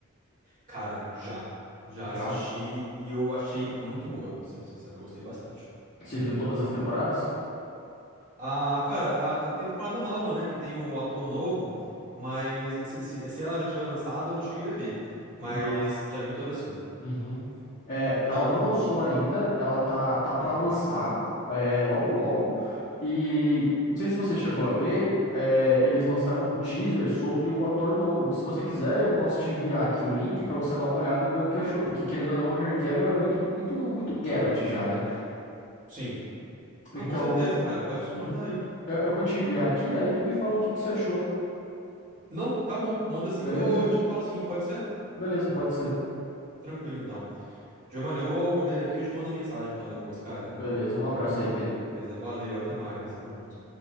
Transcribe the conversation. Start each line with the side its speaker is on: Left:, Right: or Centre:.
Right: Cara, já. Já
Left: Já?
Right: assisti e eu achei muito boa, pra ser bem sincero. Eu gostei bastante.
Left: Você viu todas as temporadas?
Right: Ah, cara, a, a- tem temporada nova, né? Que tem um ator novo, mas se, se, se ela já tiver lançado, eu não cheguei a ver. Mas
Left: Não.
Right: já vi toda assim.
Left: Uhum. É,
Right: Então,
Left: ela não lançou ainda, ela tá, tá para
Right: Hum.
Left: lançar é, logo logo. E não sei se você chegou a ver, é, eles lançaram um teaser sobre o ator novo. Se você quiser, eu posso te enviar aqui o link pra você dar uma olhada e ver o que achou, porque querendo ou não, o Henry Cavill é muito, muito, muito Geralt já, né?
Right: sim.
Left: Então,
Right: Não, com certeza, cara. Pode
Left: uhum.
Right: mandar aí.
Left: Eu, eu vou te enviar aqui, aí tu me fala o que que você achou,
Right: Não, tá bom. Manda assim
Left: beleza?
Right: que eu te falo assim, pode ser?
Left: Beleza, pode ser.
Right: Tranquilo, então. Giovanni, eu vou, vou ver aqui e eu te mando mensagem então depois, cara.
Left: Beleza, um abraço aí, Pedro.
Right: Beleza, valeu, até mais. Tamo junto.